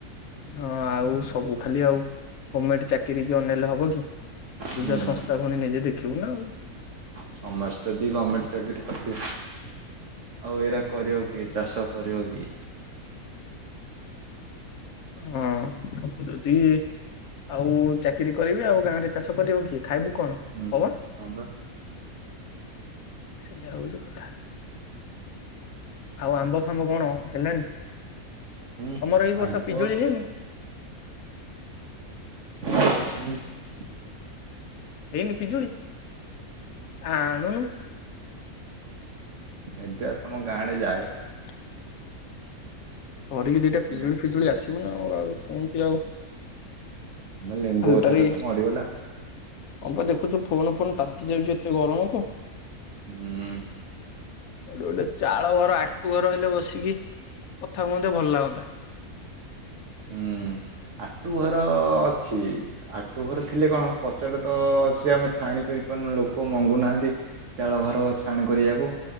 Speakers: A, on the left; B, on the right.
A: ହଁ ଆଉ ସବୁ ଖାଲି ଆଉ ଗମେଣ୍ଟ ଚାକିର କି ଅନେଇଲେ ହବ କି। ନିଜ
B: ହୁଁ
A: ସଂସ୍ଥା ଫୁଣୀ ନିଜେ ଦେଖିବୁ ନା ଆଉ।
B: ସମସ୍ତେ ଯଦି ଗମେଣ୍ଟ ଚାକିରି କରିବେ ଆଉ ଏଇରା କରିବ କିଏ ଚାଷ କରିବ କିଏ।
A: ହଁ ସବୁ ଯଦି ଆଉ ଚାକିରି କରିବେ ଆଉ ଗାଁରେ ଚାଷ କରିବ କିଏ। ଖାଇବୁ କଣ
B: ହୁଁ
A: ପବନ।
B: ହଁ ବା
A: ସେଇଆ ହୋଉଚି କଥା। ଆଉ ଆମ୍ବ ଫାମ୍ବ କଣ ହେଲାଣି
B: ହୁଁ
A: ତମର ଏଇ ବର୍ଷ
B: ଆମ୍ବ
A: ଉଁ।
B: ଉଁ।
A: ହେଇନି ପିଜୁଳି ଆଣୁନୁ।
B: ଏବେ ଆ ତମ ଗାଁଡେ ଯାଏ।
A: <inaudible> ଧରିକି ଦିଟା
B: ତମ
A: ପିଜୁଳି
B: ଗାଁ
A: ଫିଜୁଳି ଆସିବୁ ନା ଆଉ ଆଉ ସେମିତି ଆଉ।
B: ଆମର ଲେମ୍ବୁ
A: ଖାଲିଟାରେ
B: ଗଛା ଟା ତ ମରିଗଲା।
A: ହଁ ପା ଦେଖୁଛୁ ଫୋନ୍ ଫୋନ୍ ତାତି ଯାଉଛି ଏତେ ଗରମକୁ।
B: ହୁଁ।
A: କୋଟି ଗୋଟେ ଚାଳ ଘର ଆଟୁ ଘର ହେଲେ ବସିକି କଥା କୁହନ୍ତେ ଭଲ ଲାଗନ୍ତା।
B: ହୁଁ ଆଟୁ ଘର ଅଛି। ଆଟୁ ଘର ଥିଲେ କଣ କଚଟା ତ ସିଏ ଆମେ ଛାଣି କରିପାରୁନୁୁ ଲୋକ ମଙ୍ଗୁନାହାନ୍ତି। ଚାଳ ଘର ଛାଣି କରିବାକୁ